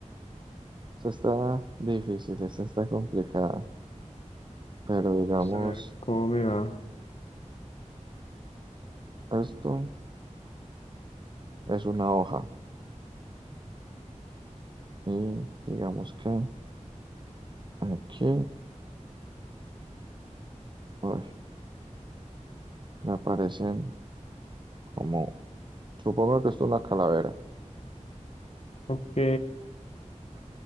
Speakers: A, on the right (about 40°); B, on the left (about 55°).
A: Esta está difícil, esta está complicada, pero digamos,
B: Vamos a ver cómo me va.
A: esto es una hoja y digamos que aquí, uy, le aparecen como, supongo que esto es una calavera
B: Ok.